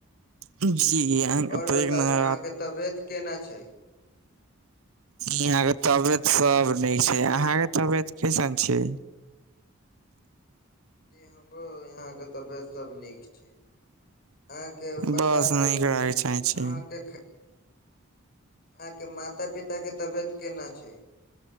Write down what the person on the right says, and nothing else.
जी। <unintelligible>
पैघ
रात
यहां के तबियत सब नीक छै अहाॅं के तबियत कैसन छै?
बस नीक
रहैके चाहे छै